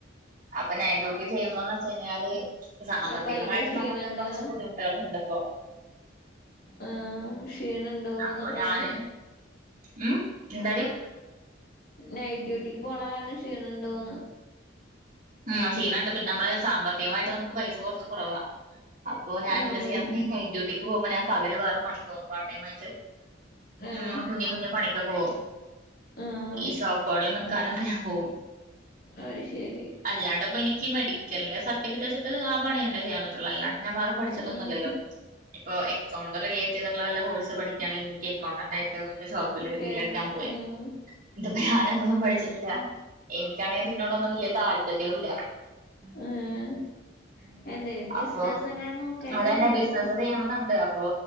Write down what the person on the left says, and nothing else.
അപ്പൊ അയിന്റെ ക്ഷീണണ്ടാ
ആ ക്ഷീണ ഉണ്ടോന്നപ്പ
അയിന്റെ
നൈറ്റ് ഡ്യൂട്ടിക്ക് പോണ കാരണം ക്ഷീണംണ്ടആകുന്നു
ഏഹ്
ഏഹ്
ആഹ്
ആഹ ശരി
ആഹ്
കേറാൻ
ആഹ്
ആഹ് എന്തേലും ബിസിനസ്
അങ്ങനെ നോക്കായിരുന്നില്ലേ
അപ്പൊ